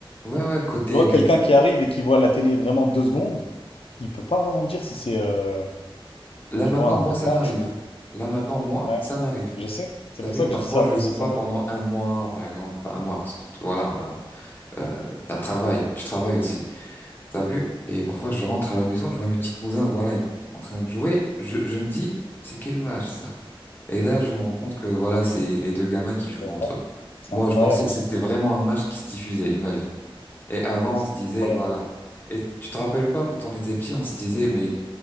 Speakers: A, on the left; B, on the left.
A: ouais, ouais. Côté
B: Tu vois,
A: graph-
B: quelqu'un qui arrive et qui voit la télé vraiment deux secondes, il peut pas vraiment dire si c'est, euh,
A: là
B: tu
A: maintenant,
B: vois, un
A: moi
B: vrai
A: ça
B: match
A: m'arrive.
B: ou.
A: Là maintenant, moi
B: Ouais.
A: ça m'arrive.
B: Je sais, c'est
A: T'as
B: pour
A: vu,
B: ça
A: parfois
B: que je dis ça.
A: je
B: Moi
A: joue
B: aussi,
A: pas
B: ça m'arrive.
A: pendant un mois, par exemple, pas un mois parce que voilà. voilà. euh, t'as travail, tu travailles aussi. T'as vu? Et parfois, je rentre à la maison, je vois mes petits cousins, voilà, en train de jouer. Je, je me dis, c'est quel match ça? Et là, je me rends compte que voilà, c'est les deux gamins qui jouent
B: C'est
A: entre
B: vrai.
A: eux.
B: C'est
A: Moi,
B: incroyable,
A: je pensais que
B: hein.
A: c'était vraiment un match qui se diffusait, imagine. Et avant,
B: C'est
A: on se disait,
B: incroyable,
A: voilà.
B: hein.
A: Et tu te rappelles pas, quand on était petit, on se disait, mais